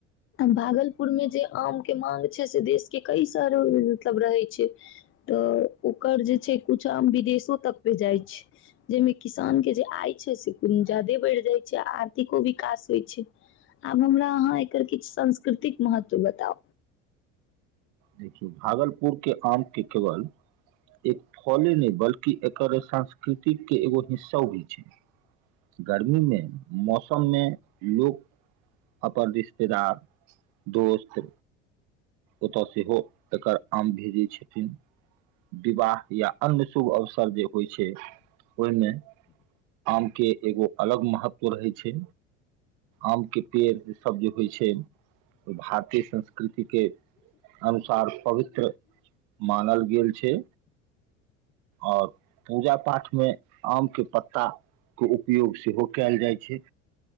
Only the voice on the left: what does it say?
भागलपुर में जे आम के मांग छै से देश के कैस मतलब रहै छै। तऽ ओकर जे छै कुछ आम विदेशो तक पे जाइ छै जाहिमें किसान के जे आय छै से कोनो जाादे बढ़ि जाइ छै आर्थिको विकास होइ छै आब हमरा अहाँ एकर किछु सांस्कृतिक महत्व बताउ।